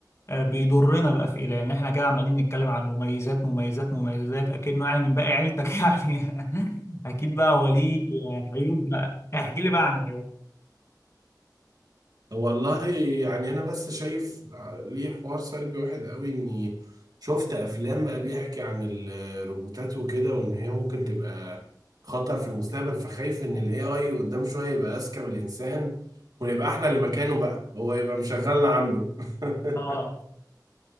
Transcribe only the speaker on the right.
والله يعني انا بس شايف ليه حوار سلبي واحد قوي اني شفت افلام بقى بيحكي عن الروبوتات وكده وان هي ممكن تبقى خطر في المستقبل فخايف ان الاي اي قدام شويه يبقى اذكى من الانسان ونبقى احنا اللي مكانه بقى هو يبقى مشغلنا عنده <laughs>